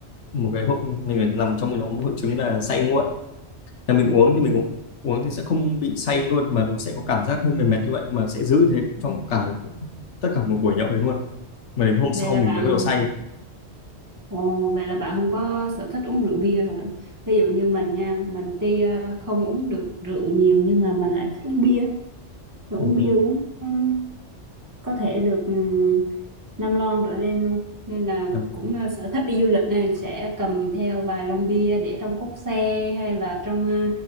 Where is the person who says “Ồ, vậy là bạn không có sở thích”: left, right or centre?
Right